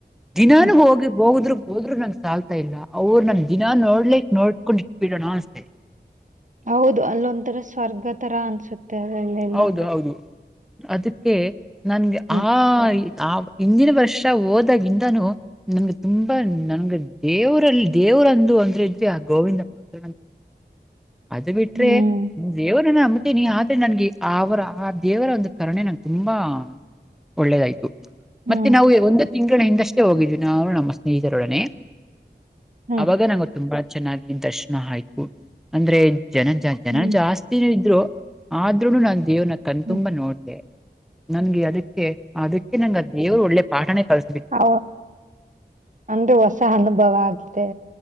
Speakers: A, in the centre; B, on the right.
A: ದಿನಾನು
B: ಹ್ಮ್
A: ಹೋಗಿ ಹೋಗದ ಹೋದ್ರು ನಂಗ ಸಾಲ್ತಾ ಇಲ್ಲ ಅವ್ರು ನ ದಿನ ನೋಡ್ಲಿಕ ನೋಡ್ಕೊಂಡು ಇದ್ದ ಬಿಡೋಣ ಅಷ್ಟೆ.
B: ಹೌದ ಅಲ್ಲೊಂದ ತರ ಸ್ವರ್ಗ ತರ ಅನ್ಸುತ್ತೆ ಅಲ್ಲಿಂದ
A: ಹೌದು ಹೌದು. ಅದಕ್ಕೆ ನನ್ಗೆ
B: ಹ್ಮ್
A: ಆ ಆ ಹಿಂದಿನ ವರ್ಷ ಹೋದಾಗಿಂದನೂ ನಂಗೆ ತುಂಬಾ ನನ್ಗೆ ದೇವರಲ್ಲಿ ದೇವರಂದು ಅಂದ್ರೆ ಇದ್ರೆ ಆ ಗೋವಿಂದ ಮಾತ್ರ ಅದು ಬಿಟ್ರೆ
B: ಹ್ಮ್
A: ದೇವರನ್ನಮ ತೆನಿ ಆದ್ರೆ ನನ್ಗೆ ಅವರ ಆ ದೇವರ ಒಂದ ಕರುಣೆ ನಂಗ ತುಂಬಾ ಒಳ್ಳೇದಾಯ್ತು. ಮತ್ತೆ
B: ಹ್ಮ್
A: ನಾವು ಒಂದ ತಿಂಗಳ ಹಿಂದಷ್ಟೇ ಹೋಗಿದ್ವಿ ನಾವು ನಮ್ಮ ಸ್ನೇಹಿತರೊಡನೆ
B: ಹ್ಮ್
A: ಅವಾಗ ನಂಗ ತುಂಬಾ ಚೆನ್ನಾಗಿ ದರ್ಶನ ಆಯ್ತು ಅಂದ್ರೆ ಜನ ಜ ಜನ
B: ಹ್ಮ್
A: ಜಾಸ್ ಇದ್ರು ಆದ್ರೂನು ನಾನ ದೇವರನ ಕಣ್ತುಂಬ
B: ಹ್ಮ್
A: ನೋಡ್ದ ನನ್ಗೆ ಅದಕ್ಕೆ ಅದಕ್ಕೆ ನಾ ಆ ದೇವ್ರ ಒಳ್ಳೆ ಪಾಠನೇ ಕಲ್ಸ
B: ಹಾ ಅಂದ್ರೆ ಹೊಸ ಹನುಭವ ಆಗಿದೆ.